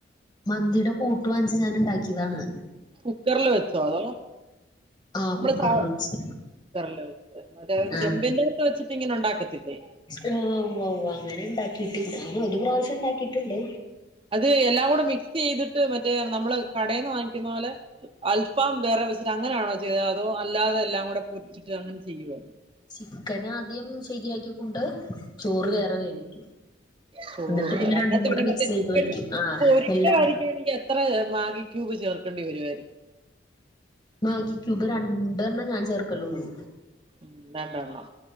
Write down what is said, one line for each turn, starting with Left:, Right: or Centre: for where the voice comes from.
Left: മന്തീടെ കൂട്ടു വാങ്ങിച്ച് ഞാന് ഇണ്ടാക്കീതാണ്.
Right: കുക്കറില് വെച്ചോ അതോ,
Left: ആഹ്
Right: നമ്മള്
Left: കുക്കറിൽ
Right: ഫോ,
Left: വെച്ച്
Right: കുക്കറില് വെച്ച് മറ്റേ
Left: ആഹ്
Right: ചെമ്പിൻ്റെക ത്ത് വെച്ചിട്ടിങ്ങനെ ഉണ്ടാക്കത്തില്ലേ.
Left: ആഹ് ഉവ്വ ഉവ്വ അങ്ങനെ ഇണ്ടാക്കീട്ടില്ല. ഞാന് ഒരു പ്രാവശ്യം ഇണ്ടാക്കീട്ട്ണ്ട്.
Right: അത് എല്ലാം കൂടെ മിക്സെയ്തിട്ട് മറ്റേ നമ്മള് കടേന്ന് വാങ്ങിക്കുന്ന പോലെ. അൽഫാം വേറെ വെച്ചിട്ട് അങ്ങനാണോ ചെയ്തെ അതോ അല്ലാതെ എല്ലാം കൂടെ പൊരിച്ചിട്ട് അങ്ങനെ ചെയ്യോ?
Left: ചിക്കനാദ്യം ശരിയാക്കിക്കൊണ്ട് ചോറ് വേറെ
Right: ഉം
Left: വേവിക്കും.
Right: ചോറ്
Left: എന്നിട്ട് പിന്നെ
Right: അതിനകത്ത്
Left: രണ്ടും കൂടെ
Right: പിന്നെ
Left: മിക്സെയ്ത്
Right: മറ്റേ ചിക്കൻ
Left: വെക്കും ആഹ്
Right: പൊരിക്കായിരിക്കുവാണെങ്കിൽ
Left: എല്ലാം.
Right: എത്ര മാഗിക്യൂബ് ചേർക്കെണ്ടി വരുവായിരിക്കും?
Left: മാഗി ക്യൂബ് രണ്ടെർണ്ണം ഞാൻ ചേർക്കലൊള്ളൂ.
Right: ഉം രണ്ടെണ്ണം.